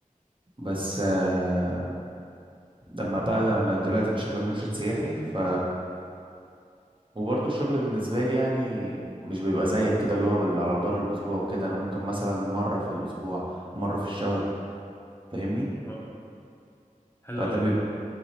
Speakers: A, on the right; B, on the left.
A: بس آه، لما بقى لما دلوقتي انا شغال مرشد سياحي ف وبرضه الشغل بالنسبة لي يعني مش بيبقى زيك كده اللي هو بال- على مدار الأسبوع وكده أنا ممكن مثلا مرة في الأسبوع مرة في الشهر فاهمني
B: اه حلو
A: فده
B: اوي
A: بيبقى
B: والله